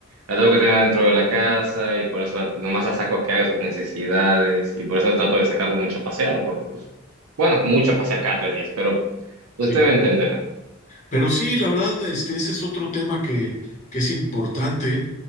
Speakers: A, on the right; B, on the left.
A: la tengo que tener dentro de la casa y por eso la- nomás la saco a que haga sus necesidades y por eso trato de sacarlo mucho a pasear porque pues, bueno, mucho a pasear cada tres días, pero usted
B: sí.
A: me entenderá.
B: Pero sí, la verdad, este, ese es otro tema que, que es importante.